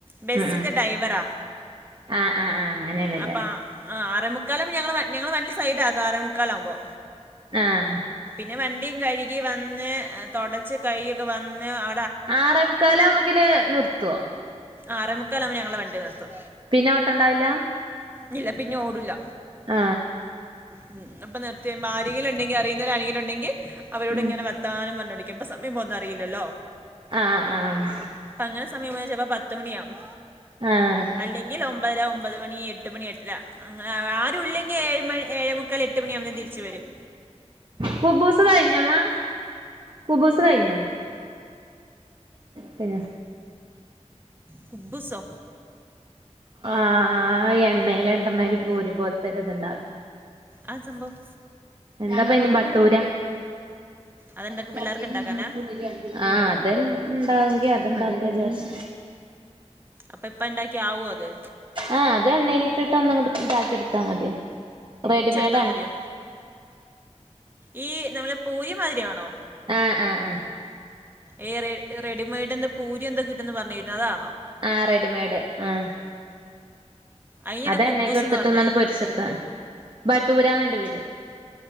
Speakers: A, on the right; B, on the right.
A: ബസിത്തെ
B: ഉം ഉം
A: ഡ്രൈവറാ
B: ആഹ് ആഹ് ആഹ് അങ്ങനെയാണല്ലേ
A: അപ്പൊ ആ അ- ആറേമുക്കാല ഞങ്ങള് ഞങ്ങള് വല്യസൈഡാകാറ് ആറേമുക്കാലാവുമ്പോ
B: ആ.
A: പിന്നെ വണ്ടിയും കഴുകി വന്ന് തുടച്ച് കഴു കൊക്കെ വന്ന് അ
B: ആറേമുക്കാലാവുമ്പേക്കിന് നിർത്തോ
A: ആറേ മുക്കാലാവുമ്പ ഞങ്ങള വണ്ടി നിർത്തും
B: പിന്നെ ഓട്ടണ്ടാവില്ല
A: നില പിന്നെ ഓടുല്ല
B: ആ
A: <unintelligible> നിർത്തിയ്യുമ്പ ആരെങ്കിലുംണ്ടെങ്കിൽ അറിയുന്നവ ആരെങ്കിലുംണ്ടെങ്കിൽ അവരോട്
B: ഉം
A: ഇങ്ങനെ വർത്താനം പർനോണ്ടി ക്കുമ്പ സമയം പോന്ന അറിയില്ലല്ലോ
B: ആഹ് ആഹ്
A: അപ്പൊ അങ്ങനെ സമയം ചെൽപ പ ത്ത് മണിയാവും
B: ആഹ്
A: അല്ലെങ്കിൽ ഒ അമ്പതര ഒമ്പത് മണി എട്ട് മണി എട്ടര അങ്ങനെ ആരും ഇല്ലെങ്കി ഏഴ് മണി ഏഴേ മുക്കാൽ എട്ട് മണിയാകുമ്പോൾ തിരിച്ചു വരും
B: കുബ്ബൂസ് കഴിഞ്ഞോമ്മാ കുബ്ബൂസ് കഴിഞ്ഞാ പിന്നെ
A: കുബ്ബൂസോ
B: ആ എണ്ണൽ ഇടുന്ന ഒരു പൂരി പോലത്തെ ഒരു ഇതുണ്ടാവില്ല
A: ആ സംഭവം
B: എന്താപ്പ അയ്ന്റെ ബട്ടൂരാ
A: അതുണ്ടാക്കി
B: ആ ചട്ടോ
A: പിള്ളേർക്ക് ഉണ്ടാക്കാനാ
B: ആ അത്ണ്ടാങ്കി അത്ണ്ടാക്കചാര്ച്ച്
A: അപ്പൊ ഇപ്പൊ ഉണ്ടാക്കി ആവുമോ അത്
B: ആ അത് എണ്ണയില്ട്ടിട്ട് ഒന്ന്ങ്ങട്ട് താക്കിയെട് ത്താ മതി റെഡിമേഡ്
A: ത്താ മതിയോ ഈ നമ്മളെ പൂരിമാതിരിയാണോ
B: ആ ആ ആ
A: ഈ റെ റെഡിമെയ്ഡ് എന്തൊ പൂര്യെന്തേ കിട്ടുന്ന് പറഞ്ഞിര്ന്ന് അതാ
B: ആ റെഡിമെഡ് ആ
A: അയിനാണ്
B: അതെണ്ണേക്ക്
A: കുബ്ബൂസ്
B: എടുത്തിട്ടാെന്നാണ്ട്
A: എന്ന് പറഞ്ഞേ
B: പൊരിച്ചെടുത്ത മതി ബട്ടൂരാന്നന്റെ പേര്